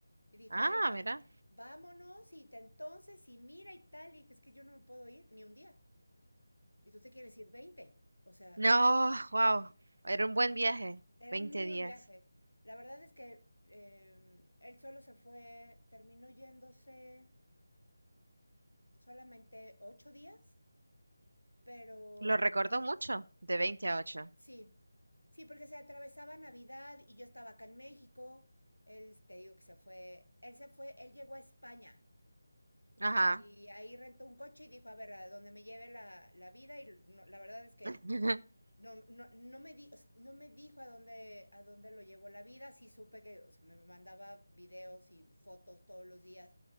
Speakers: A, on the left; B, on the right.
A: y dijo,
B: Ah,
A: ay, va-
B: mira.
A: vámonos y te- entonces y mira y tal, y dije, es que yo no me puedo ir ni un día y tú te quieres ir 20 o sea...
B: No, wow. Era un buen viaje.
A: Era
B: veinte
A: un muy
B: días.
A: buen viaje. La verdad es que eh, él solo se fue, terminó yéndose solamente ocho días, pero
B: Lo recuerdo mucho, de 20 a 8.
A: sí, sí, porque se atravesaba Navidad y yo estaba acá en México. Él, te digo que se fue, él se fue, él llegó a España
B: Ajá.
A: y ahí rentó un coche y dijo, a ver, a donde me lleve la, la vida y no- la verdad es que
B: <laughs>
A: No, no, no me di- o sea, no me dijo a dónde, a dónde lo llevó la vida. Sí supe que o sea, me mandaba videos y fotos todos los días